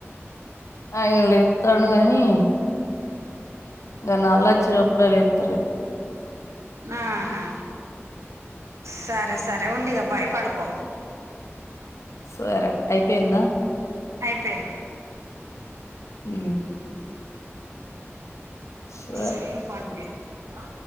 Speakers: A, on the left; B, on the right.
A: ఆయన లేత్తండు గానీ గా నళ్ళోచ్చినప్పుడే లేత్తాలే
B: ఆహా సరే సరే ఉండిగా బాయ్ పడుకో
A: సేరే అయిపోఇంద
B: ఐపోఇం
A: ఉ సరే
B: ఆ సెల్ పనిత్తలేదా